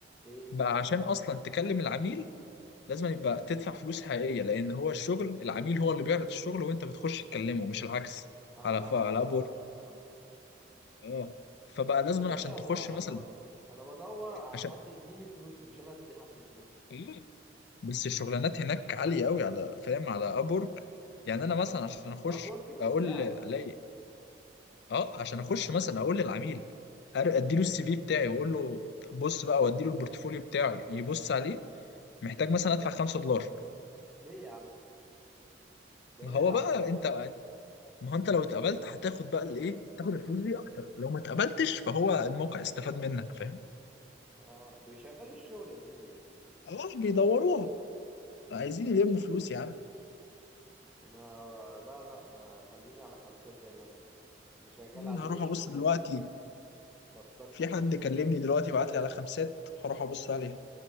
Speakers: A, in the centre; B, on the left.
A: ايه
B: بقى عشان أصلا تكلم العميل لازم يبقى تدفع فلوس حقيقية لأن هو الشغل العميل هو اللي بيعرض الشغل وأنت بتخش تكلمه مش العكس
A: اه
B: على ف... على
A: فهمت
B: أبورك
A: فهمت
B: أه فبقى لازم
A: طب يا باشا
B: عشان تخش
A: انا
B: مثلا
A: انا ب... انا بدور على
B: عشان
A: حد يديني فلوس مش انا ادي حد فلوس
B: إيه؟ بس الشغلانات هناك عالية أوي على فاهم على أبورك يعني أنا مثلا عشان أخش
A: اب وورك بالساعة
B: أقول ألاقي أه عشان أخش مثلا أقول للعميل أر- اديله السي في بتاعي واقول له بص بقى واديله البورتفوليو بتاعي يبص عليه محتاج مثلا ادفع 5 دولار
A: ليه يا عم بلاها
B: ما هو بقى
A: احسن
B: انت ما هو انت لو اتقبلت هتاخد بقى الايه تاخد الفلوس دي اكتر لو ما اتقبلتش فهو الموقع استفاد منك فاهم
A: اه بيشغلوا الشغل يا زميلي يعني
B: اه بيدوروها عايزين يلموا فلوس يا عم
A: انا لا لا انا خليني على خمسات زي ما انا انا شغال
B: انا
A: عليه
B: هروح
A: شغل
B: ابص دلوقتي
A: تاسكات
B: في
A: خفيفة
B: حد كلمني دلوقتي بعت لي على خمسات هروح ابص عليها